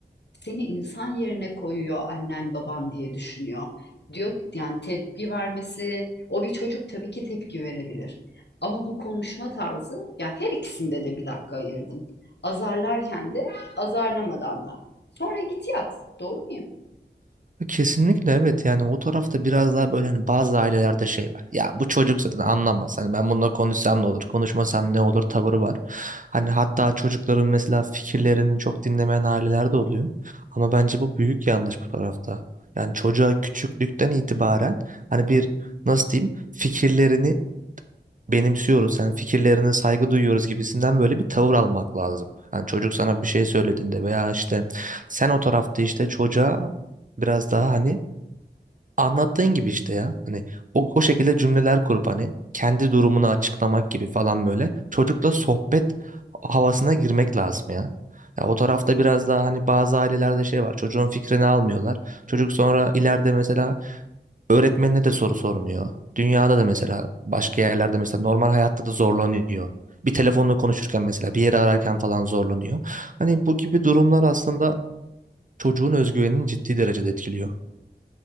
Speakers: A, on the left; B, on the right.
A: seni insan yerine koyuyor annen baban diye düşünüyor. Diyor yani tepki vermesi o bir çocuk tabii ki tepki verebilir. Ama bu konuşma tarzı ya her ikisinde de bir dakika ayırdın. Azarlarken de azarlamadan da. Sonra git yat. Doğru muyum?
B: Kesinlikle evet yani o tarafta biraz daha böyle hani bazı ailelerde şey var. Ya bu çocuk zaten anlamaz. Hani ben bununla konuşsam ne olur, konuşmasam ne olur tavırı var. Hani hatta çocukların mesela fikirlerini çok dinlemeyen aileler de oluyor. Ama bence bu büyük yanlış bu tarafta. Yani çocuğa küçüklükten itibaren hani bir nasıl diyeyim fikirlerini benimsiyoruz, sen fikirlerine saygı duyuyoruz gibisinden böyle bir tavır almak lazım. Hani çocuk sana bir şey söylediğinde veya işte sen o tarafta işte çocuğa biraz daha hani anlattığın gibi işte ya. Hani o, o şekilde cümleler kurup hani kendi durumunu açıklamak gibi falan böyle çocukla sohbet havasına girmek lazım ya. Ya o tarafta biraz daha hani bazı ailelerde şey var. Çocuğun fikrini almıyorlar. Çocuk sonra ileride mesela Öğretmenine de soru sormuyor. Dünyada da mesela başka yerlerde mesela normal hayatta da zorlanıyor. Bir telefonla konuşurken mesela bir yere ararken falan zorlanıyor. Hani bu gibi durumlar aslında çocuğun özgüvenini ciddi derecede etkiliyor.